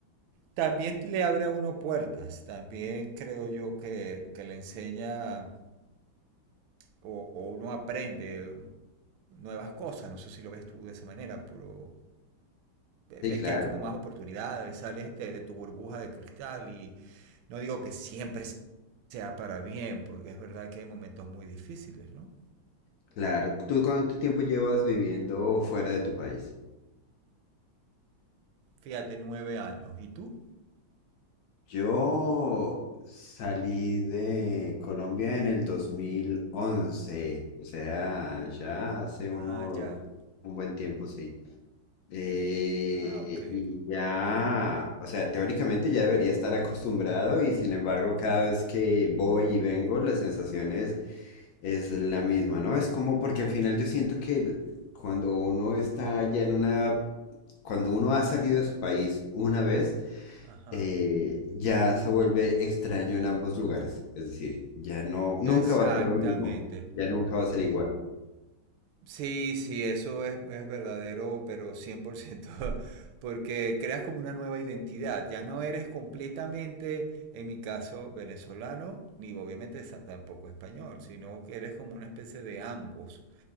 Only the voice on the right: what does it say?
también le abre a uno puertas, también creo yo que, que le enseña o, o uno aprende nuevas cosas. No sé si lo ves tú de esa manera, pero
ves
que hay como más oportunidades, sales de, de, tu burbuja de cristal y no digo que siempre sea para bien, porque es verdad que hay momentos muy difíciles, ¿no?
Fíjate, nueve años. ¿Y tú?
Ah, ya.
Ah, ok.
Ajá.
Exactamente.
Sí, sí, eso es, es verdadero, pero cien por ciento, <laughs> porque creas como una nueva identidad. Ya no eres completamente, en mi caso, venezolano, ni obviamente sa- tampoco español, sino que eres como una especie de ambos,